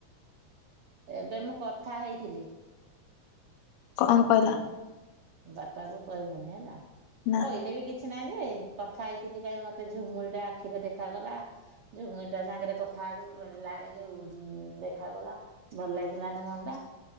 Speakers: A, on the right (about 65°); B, on the left (about 80°).
A: ଏବେ ମୁଁ କଥା ହେଇଥିଲି।
B: କଣ କହିଲା?
A: ବାପାକୁ କହିବୁନି ହେଲା
B: ନା
A: କହିଲେ ବି କିଛି ନାଇଁ ଯେ କଥା ହେଇଥିଲି କାଇଁ ମତେ ଝୁମୁୁରିଟା ଆଖିରେ ଦେଖାଗଲା। ଝୁମୁରିଟା ସାଙ୍ଗେରେ କଥା ହେବି ଲା ଯୋଉ ଦେଖାଗଲା। ଭଲ ଲାଗିଲାନି ମନ ଟା